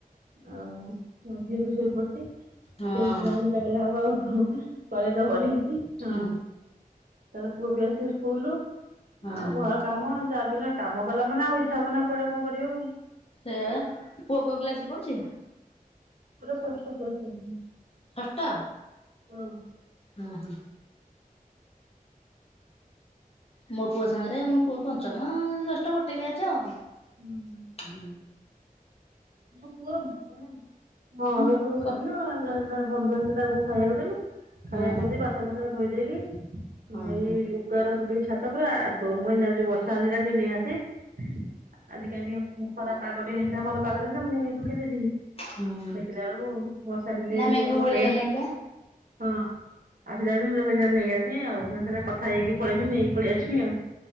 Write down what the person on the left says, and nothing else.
ହଁ
ହୁଁ ହୁଁ
ହଁ
ସେଇବା ପୁଅ କୋଉ କ୍ଲାସ ରେ ପଡୁଚି?
ଷଷ୍ଠ
ହୁଁ ହୁଁ। ମୋ ପୁଅ ସାଙ୍ଗରେ ମୋ ପୁଅ ପଞ୍ଚମ, ଷଷ୍ଠ ଗୋଟେ ବ୍ୟାଚ ଆଉ।
ହୁଁ।
ହୁଁ
କ
ହଁ
ହଁ
ହଁ
ହଁ ହୁଁ
ନା
ମେଘ
ଓଳି ଆଇଲାଣି ବା